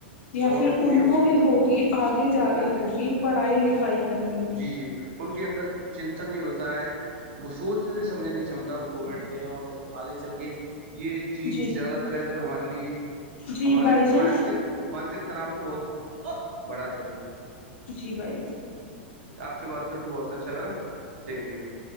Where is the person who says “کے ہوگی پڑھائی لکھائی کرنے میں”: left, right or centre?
Left